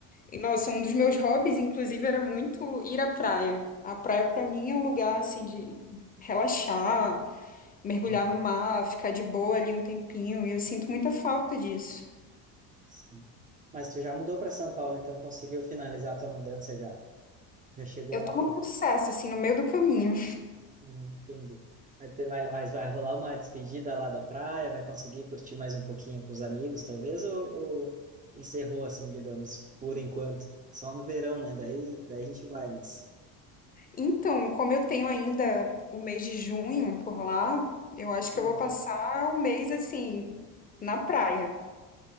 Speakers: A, on the left; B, on the right.
A: e nossa, um dos meus hobbies, inclusive, era muito ir à praia. A praia, pra mim, é um lugar assim de relaxar, mergulhar
B: Uhum,
A: no mar, ficar de boa ali um tempinho, e eu sinto muita falta disso.
B: Sim. Mas tu já mudou para São Paulo, então conseguiu finalizar a tua mudança já? Já chegou
A: Eu
B: lá,
A: tô
B: não?
A: no processo, assim, no meio do caminho.
B: Hum, Entendi. Vai ter- vai- Mas vai rolar uma despedida lá da praia? Vai conseguir curtir mais um pouquinho com os amigos, talvez? Ou, ou encerrou, assim, digamos, por enquanto? Só no verão, né? Daí, daí a gente vai, mas...
A: Então, como eu tenho ainda o mês de junho por lá, eu acho que
B: hum,
A: eu vou passar o mês assim na praia,